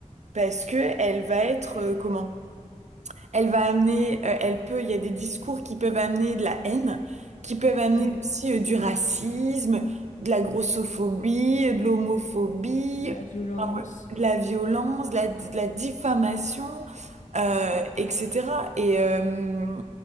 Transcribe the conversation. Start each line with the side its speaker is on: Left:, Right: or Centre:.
Right: parce que elle va être, euh, comment? Elle va amener, euh, elle peut, il y a des discours qui peuvent amener de la haine, qui peuvent amener
Left: tout à fait.
Right: aussi euh, du racisme, de la grossophobie, euh, de l'homophobie,
Left: De la violence.
Right: enfin, ouais, de la violence, de la, de la diffamation, euh,
Left: Mm,
Right: etc. Et, euh,